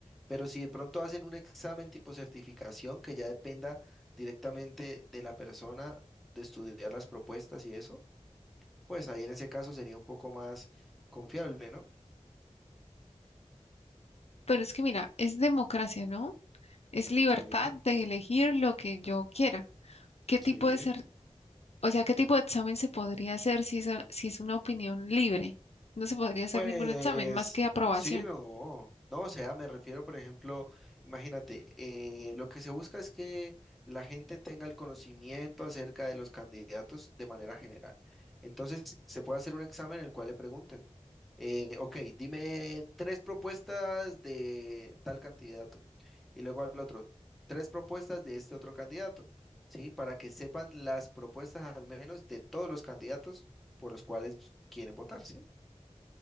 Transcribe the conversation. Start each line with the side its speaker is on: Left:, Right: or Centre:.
Centre: Pero si de pronto hacen un examen tipo certificación que ya dependa directamente de la persona de estudiar las propuestas y eso, pues ahí en ese caso sería un poco más confiable, ¿no?
Left: Pero es que mira, es democracia, ¿no? Es libertad
Centre: Sí,
Left: de elegir lo que yo quiera. ¿Qué tipo
Centre: sí.
Left: de ser, o sea, qué tipo de examen se podría hacer si es, si es una opinión libre? No se podría hacer
Centre: Pues
Left: ningún examen más que aprobación.
Centre: sí, no, no, o sea, me refiero, por ejemplo, imagínate, eh, lo que se busca es que la gente tenga el conocimiento acerca de los candidatos de manera general. Entonces, se puede hacer un examen en el cual le pregunten, eh, ok, dime tres propuestas de tal candidato y luego al otro, tres propuestas de este otro candidato, ¿sí? Para que sepan las propuestas al menos de todos los candidatos por los cuales quieren votar, ¿sí?